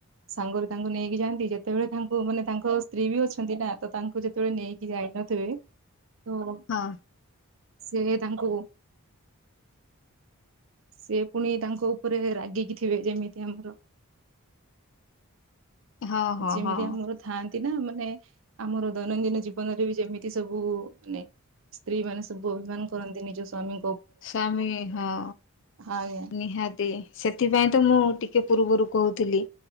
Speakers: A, on the right (about 60°); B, on the left (about 55°).
A: ସାଙ୍ଗରେ ତାଙ୍କୁ ନେଇକି ଯାଆନ୍ତି। ଯେତେବେଳେ ତାଙ୍କୁ ମାନେ ତାଙ୍କ ସ୍ତ୍ରୀ ବି ଅଛନ୍ତି, ନା ତ ତାଙ୍କୁ ଯେତେବେଳେ ନେଇକି ଯାଇ ନ ଥିବେ, ତୋ
B: ହଁ।
A: ସେ ତାଙ୍କୁ ସିଏ ପୁଣି ତାଙ୍କ ଉପରେ ରାଗିକି ଥିବେ। ଯେମିତି ଆମର
B: ହଁ ହଁ
A: ଯେମିତି
B: ହଁ
A: ଆମର ଥ ଥାଆନ୍ତି ନା, ମାନେ ଆମର ଦୈନନ୍ଦିନ ଜୀବନରେ ବି ଯେମିତି ସବୁ ମାନେ ସ୍ତ୍ରୀ ମାନେ ସବୁ ଅଭିମାନ କରନ୍ତି, ନିଜ ସ୍ଵାମୀ
B: ସ୍ଵାମୀ ହଁ,
A: ଆଜ୍ଞା
B: ନିହାତି ସେଥିପାଇଁ ତ ମୁଁ ଟିକେ ପୂର୍ବରୁ କହୁଥିଲି,